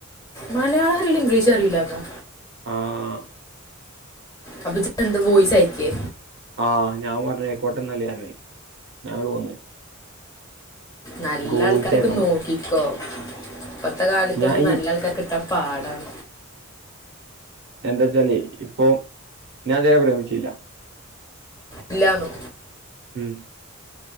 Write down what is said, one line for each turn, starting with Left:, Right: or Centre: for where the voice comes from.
Left: മലയാളംഅറിയില്ല ഇംഗ്ലീഷ് അറിയൂലന്നോ
Right: ആഹ്
Left: അപ്പൊ ഇജ്ജ്എന്ത വോയിസ് അയക്കേ
Right: ആഹ് ഞാൻപറഞ്ഞ് അയ്ക്കോട്ടന്നാല് പറഞ് ഞാൻ ഇങ്ങട്ട്പോന്ന്
Left: നല്ല
Right: വോയിസ്
Left: ആൾക്കാരൊക്കെനോക്കിക്കോ
Right: അയക്കണം പറഞ്ഞു
Left: ഇപ്പത്തകാലത്തൊന്നും
Right: ഞാൻ ഈ
Left: നല്ലആൾക്കാരേകിട്ടാം പാടാണ്
Right: എന്താച്ചാല് ഇപ്പൊ ഞാൻ ഇത് വരേ പ്രേമിച്ചീല്ല
Left: ഇല്ല്യാന്നോ
Right: ഉം